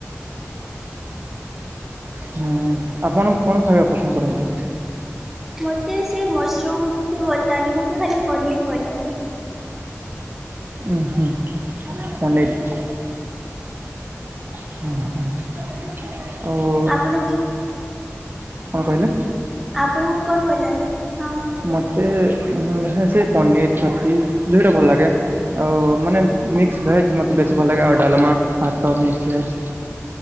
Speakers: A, on the right; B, in the centre.
A: ହୁଁ ଆପଣ କଣ ଖାଇବା ପସନ୍ଦ କରନ୍ତି?
B: ମୋତେ ସେ ମସରୁମ୍ ବି ଭଲ ଲାଗେନି ମୋତେ ଖାଲି ପନିର୍ ଭଲ ଲାଗେ।
A: ଉଁ ହୁଁ ପନିର। ହୁଁ ହଁ ଓ
B: ଆପଣ
A: କଣ କହିଲେ?
B: ଆପଣଙ୍କୁ କଣ ଭଲ ଲାଗେ? ହଁ।
A: ମତେ ଉ ହେ ସେ ପନିର, ଛତୁ ଦୁଇଟା ଭଲ ଲାଗେ। ଆଉ ମାନେ ମିକ୍ସ ଭେଜ ମତେ ବେଶୀ ଭଲ ଲାଗେ ଆଉ ଡାଲମା, ଭାତ, ମିକ୍ସ ଭେଜ।